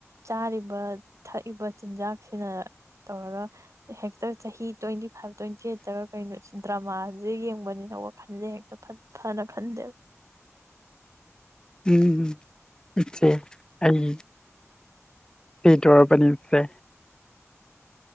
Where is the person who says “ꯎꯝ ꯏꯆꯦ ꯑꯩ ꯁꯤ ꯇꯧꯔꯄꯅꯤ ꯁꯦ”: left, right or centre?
Left